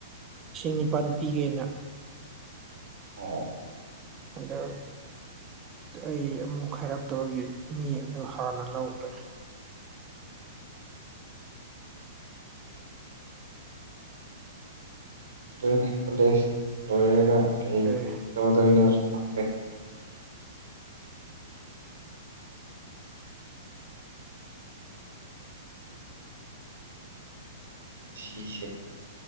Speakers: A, on the right; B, on the right.
A: ꯏꯁꯤꯡ ꯅꯤꯄꯥꯜ ꯄꯤꯒꯦꯅ
B: ꯑꯣ
A: ꯑꯗꯣ ꯑꯩ ꯑꯃꯨꯛ ꯍꯥꯏꯔꯛꯇꯒꯤ ꯃꯤ ꯑꯗꯨ ꯍꯥꯟꯅ ꯂꯧꯈ꯭ꯔꯦ
B: ꯪꯗꯣꯏꯅꯤꯂꯦꯖ ꯂꯣꯏꯔꯒ ꯑꯩ
A: ꯑꯦ
B: ꯇꯧꯗꯣꯏꯅꯣ ꯈꯪꯗꯦ ꯁꯤꯁꯦ